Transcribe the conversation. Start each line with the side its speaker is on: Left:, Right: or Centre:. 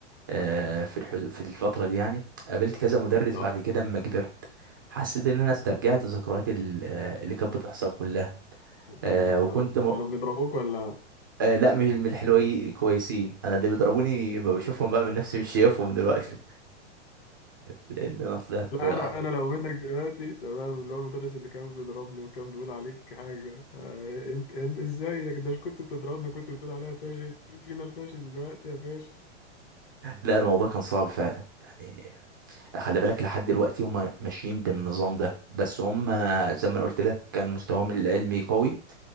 Right: آه، في الحدود في الفترة دي يعني قابلت كذا مدرس
Left: أه
Right: بعد كده أما كبرت حسيت إن أنا استرجعت ذكريات ال- آه، اللي كانت بتحصل كلها آه،
Left: يا نهار
Right: وكنت
Left: أبيض
Right: م...
Left: كانوا بيضربوك ولا
Right: آه لا مش من الحلوين كويسين انا اللي بيضربوني ما بشوفهم بقى من نفسي مش شايفهم دلوقتي <laughs> لان انا طلعت
Left: لا
Right: <laughs>
Left: أنا أنا لو منك دلوقتي تمام اللي هو المدرس اللي كان بيضربني وكان بيقول عليك حاجة آه، أنت أنت إزاي ده كنت بتضربني وكنت بتقول عليا فاشل مين فينا الفاشل دلوقتي يا فاشل
Right: لا الموضوع كان صعب فعلا يعني خلي بالك لحد دلوقتي هم ماشيين بالنظام ده بس هم زي ما انا قلت لك كان مستواهم العلمي قوي